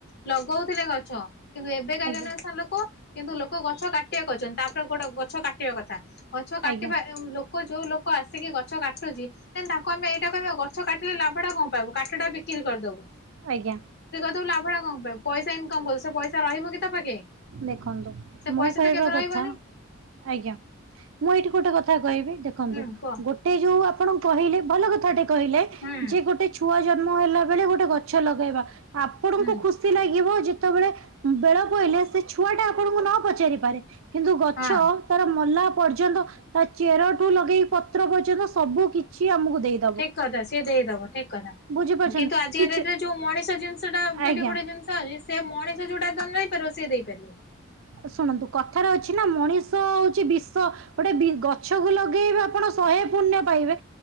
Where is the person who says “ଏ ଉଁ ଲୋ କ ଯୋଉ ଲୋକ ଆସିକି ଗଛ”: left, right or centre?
Left